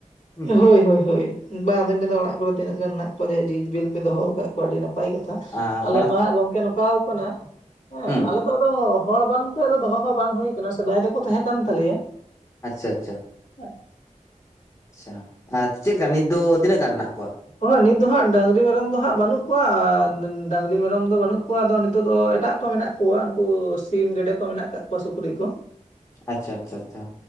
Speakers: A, on the left (about 25°); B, on the left (about 70°).
A: ᱦᱩᱸ
B: ᱦᱳᱭ ᱦᱳᱭ ᱦᱳᱭ᱾ ᱵᱟᱝ ᱟᱸᱫᱚᱧ ᱢᱮᱱ ᱮᱫᱟ ᱚᱲᱟᱜ ᱠᱚᱨᱮ ᱛᱤᱱᱟᱹᱜ ᱜᱟᱱ ᱦᱮᱱᱟᱜ ᱠᱚᱣᱟ ᱡᱮ ᱵᱤᱞ ᱯᱮ ᱫᱚᱦᱚ ᱟᱠᱟᱫ ᱠᱚᱣᱟᱜ ᱟᱹᱰᱤ ᱱᱟᱯᱟᱭ ᱠᱟᱛᱷᱟ
A: ᱟᱨ
B: ᱾ᱟᱞᱮ
A: ᱚᱲᱟᱜ
B: ᱢᱟ ᱦᱟᱸᱜ ᱜᱚᱝᱠᱮ ᱱᱚᱝᱠᱟᱣ ᱠᱟᱱᱟ ᱦᱮᱸ
A: ᱦᱩᱸ
B: ᱟᱞᱮ ᱫᱚ ᱟᱫᱚ ᱦᱚᱲ ᱵᱟᱝ ᱛᱮ ᱟᱫᱚ ᱫᱚᱦᱚ ᱦᱚᱸ ᱵᱟᱝ ᱦᱳᱭ ᱠᱟᱱᱟ ᱥᱮᱫᱟᱭ ᱫᱚ ᱠᱚ ᱛᱟᱦᱮᱸ ᱠᱟᱱ ᱛᱟᱞᱮᱭᱟ᱾
A: ᱟᱪᱪᱷᱟ ᱟᱪᱪᱷᱟ
B: <unintelligible>
A: ᱟᱪᱪᱷᱟ ᱟᱨ ᱪᱮᱫ ᱞᱮᱠᱟ ᱱᱤᱛ ᱫᱚ ᱛᱤᱱᱟᱹᱜ ᱜᱟᱱ ᱦᱮᱱᱟᱜ ᱠᱚᱣᱟ?
B: ᱚᱸ ᱦᱟᱸᱜ ᱱᱤᱛ ᱫᱚ ᱦᱟᱸᱜ ᱰᱟᱹᱝᱨᱤ ᱢᱮᱨᱚᱢ ᱫᱚ ᱦᱟᱸᱜ ᱵᱟᱹᱱᱩᱜ ᱠᱚᱣᱟ ᱾ᱰᱟᱹᱝᱨᱤ ᱢᱮᱨᱚᱢ ᱫᱚ ᱵᱟᱹᱱᱩᱜ ᱠᱚᱣᱟ᱾ ᱟᱫᱚ ᱱᱤᱛᱚᱜ ᱫᱚ ᱮᱴᱟᱜ ᱠᱚ ᱢᱮᱱᱟᱜ ᱠᱚᱣᱟᱜ ᱩᱱᱠᱩ ᱥᱤᱢ ᱜᱮᱰᱮ ᱠᱚ ᱢᱮᱱᱟᱜ ᱠᱟᱜ ᱠᱚᱣᱟ ᱥᱩᱠᱨᱤ ᱠᱚ᱾
A: ᱟᱪᱪᱷᱟ ᱟᱪᱪᱷᱟ ᱟᱪᱪᱷᱟ